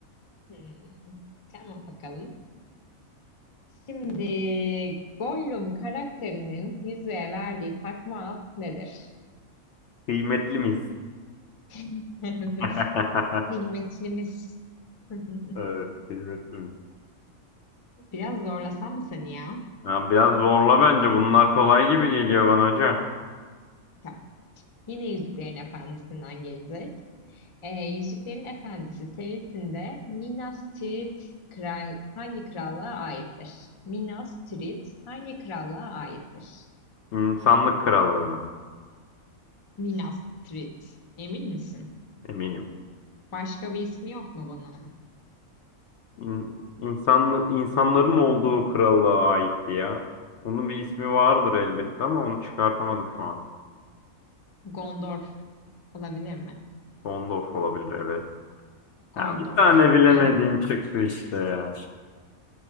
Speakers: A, on the left (about 30°); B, on the left (about 65°).
A: Hmm, tamam bakalım. Şimdi Gollum karakterinin yüzüğe verdiği takma ad nedir?
B: Kıymetli miyiz?
A: <laughs> Evet.
B: <laughs>
A: Kıymetlimiz. <laughs>
B: Evet, keşfettim.
A: Biraz zorlasam mı seni ya?
B: Ya biraz zorla bence. Bunlar kolay gibi geliyor bana hoca.
A: Tamam. Yine Yüzüklerin Efendisi'nden gelecek. E, Yüzüklerin Efendisi serisinde Minas Tirith kral, hangi krallığa aittir? Minas Tirith hangi krallığa aittir?
B: İnsanlık krallığına
A: Minas Tirith. Emin misin?
B: eminim.
A: Başka bir ismi yok mu bunun?
B: İn, insanlı- insanların olduğu krallığa aitti ya. Onun bir ismi vardır elbette ama onu çıkartamadım şu an.
A: Gondor olabilir mi?
B: Sondorf olabilir evet.
A: Gondor.
B: Ya bir tane bilemediğim
A: E,
B: çıktı işte ya.